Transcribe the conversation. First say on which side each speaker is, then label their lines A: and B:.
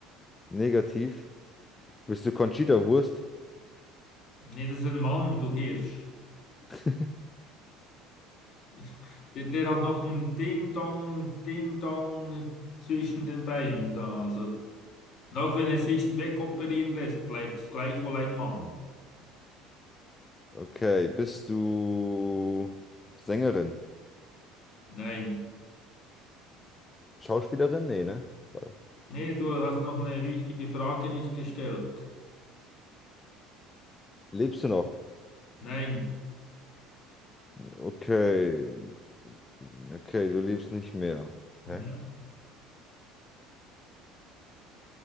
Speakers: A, on the left; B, on the left.
A: Negativ. Bist du Conchita Wurst?
B: Nee, das ist ein Mann, du Hirsch.
A: <laughs>
B: <laughs> Der, der hat noch ein Ding-Dong, Ding-Dong zwischen den Beinen da. Also, und auch wenn er sich wegoperieren lässt, bleibt es gleichwohl ein Mann.
A: Okay, bist du Sängerin?
B: Nein.
A: Schauspielerin? Nee, ne? Warte.
B: Nee, du hast noch eine wichtige Frage nicht gestellt.
A: Lebst du noch?
B: Nein.
A: Okay. Okay, du lebst nicht mehr. Hä?
B: Ja.